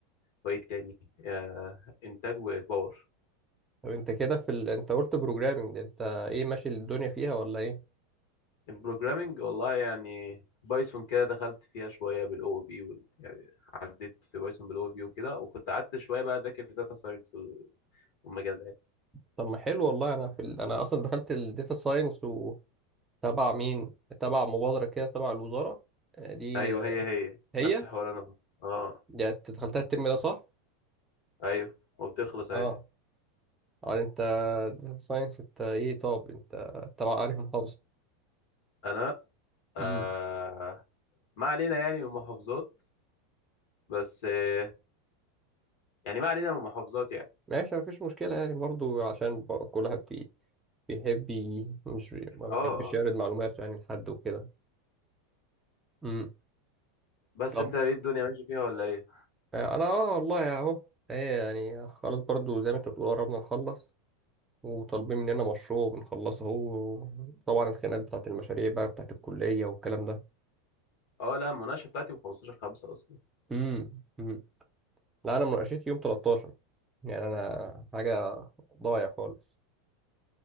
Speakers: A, on the left; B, on the right.
A: وايه تاني آه انتاج وباور
B: طب أنت كده في ال... أنت قلت بروجرامنج أنت إيه ماشي الدنيا فيها ولا إيه؟
A: البروجرامينج والله يعني بايثون كده دخلت فيها شويه بالاو بي وال... يعني عديت في بايثون بالاو بي وكده وكنت قعدت شويه بقى اذاكر داتا ساينس والمجال ده
B: طب ما حلو والله أنا في ال... أنا أصلا دخلت الداتا ساينس وتبع مين؟ تبع مبادرة كده تبع الوزارة آه، دي
A: ايوه
B: آه،
A: هي هي
B: هي
A: نفس حوار انا اه
B: يعني انت دخلتها الترم ده صح؟
A: ايوه وبتخلص
B: اه
A: اهي
B: اه انت داتا ساينس انت ايه طب انت تبع انهي محافظة؟
A: انا آه
B: امم
A: ما علينا يعني من محافظات بس آه يعني ما علينا من محافظات يعني
B: ماشي مفيش مشكلة يعني برضو عشان ب- كل واحد بي- بيحب ي- مش بي- ما
A: اه
B: بيحبش
A: آه.
B: يعرض معلوماته يعني لحد وكده امم
A: بس
B: طب
A: انت ايه الدنيا ماشي فيها ولا ايه
B: آه، انا اه والله اهو ايه يعني خلاص برضو زي ما انت بتقول قربنا نخلص وطالبين مننا مشروع بنخلصه اهو طبعا الخناقات بتاعت المشاريع بقى بتاعت الكلية والكلام ده
A: اه لا المناقشه بتاعتي من 15 5 اصلا
B: امم لا انا مناقشتي يوم 13 يعني انا حاجه ضايع خالص